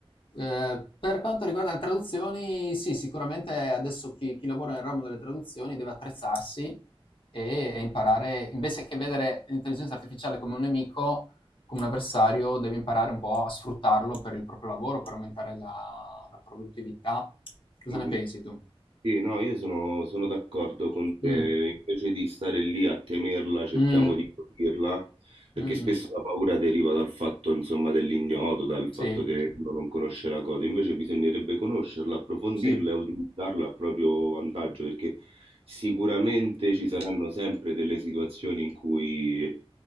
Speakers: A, on the left; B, on the right.
A: Eh, per quanto riguarda le traduzioni, sì, sicuramente adesso chi, chi lavora nel ramo delle traduzioni deve attrezzarsi e, e imparare, invece che vedere l'intelligenza artificiale come un nemico, come un avversario, deve imparare un po' a sfruttarlo per il proprio lavoro, per aumentare la, la produttività. Cosa
B: mm.
A: ne pensi
B: mm.
A: tu?
B: Sì, no, io sono, sono d'accordo con te,
A: Mm,
B: invece di stare lì a temerla, cerchiamo
A: mm,
B: di capirla perché
A: mm,
B: spesso
A: mm.
B: la paura deriva dal fatto, insomma, dell'ignoto, dal
A: sì,
B: fatto che uno non conosce la cosa, invece bisognerebbe conoscerla, approfondirla
A: sì,
B: e utilizzarla a proprio vantaggio, perché sicuramente ci saranno sempre delle situazioni in cui